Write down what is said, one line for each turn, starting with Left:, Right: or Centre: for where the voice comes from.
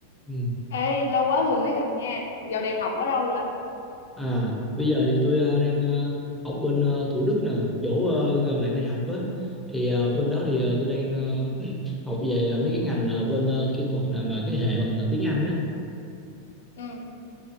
Centre: Ừ.
Left: Ê, lâu quá rồi mới gặp nha. Dạo này học ở đâu vậy?
Centre: À, bây giờ thì tôi ờ, đang ờ, học bên ờ, Thủ Đức nè, chỗ ờ, gần lại đại học á. Thì ờ, bên đó thì ờ, tôi đang ờ, <clears throat> học về ờ, mấy cái ngành ờ, bên ờ, kỹ thuật nè mà cái hệ bằng ờ, tiếng Anh á.
Left: Ừ,